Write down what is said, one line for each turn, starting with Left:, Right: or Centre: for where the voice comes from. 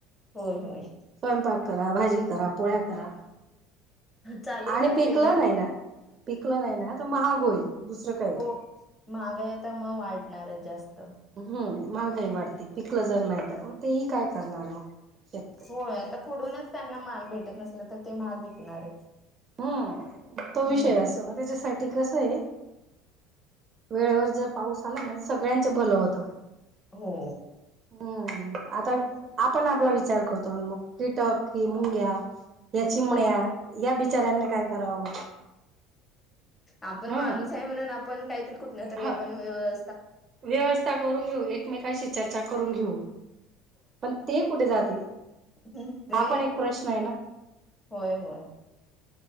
Left: होय होय.
Right: स्वयंपाक करा भाजी करा पोळ्या करा.
Left: चालूच
Right: आणि
Left: राहतय
Right: पिकलं
Left: घर
Right: नाही ना पिकलं नाही ना तर महाग होईल. दुसरं काही
Left: हो महागाई आता मग वाढणारच जास्त.
Right: हम्म महागाही वाढते पिकलं जर नाही तर मग तेही काय करणार मग. शेतकरी
Left: होय आता पुढूनच त्यांना माग भेटत नसलं तर ते महाग विकणारच.
Right: हम् तो
Left: हो
Right: विषय असो मग त्याच्यासाठी कस आहे. वेळेवर जर पाऊस आला ना तर सगळ्यांचं भलं होत.
Left: हो.
Right: हम्म आता आपण आपला विचार करतो मग. कीटक हि मुंग्या या चिमण्या
Left: होय.
Right: या बिचाऱ्यांनी काय करावं.
Left: आपण
Right: ह
Left: माणूस आहे म्हणून आपण काहीतरी कुठ तरी
Right: ह
Left: आपण व्य.
Right: व्यवस्था करून घेऊ एकमेकशी चर्चा करून घेऊ. पण ते कुठे जातील.
Left: हम् ते
Right: हा पण एक प्रश्न आहे ना
Left: होय होय.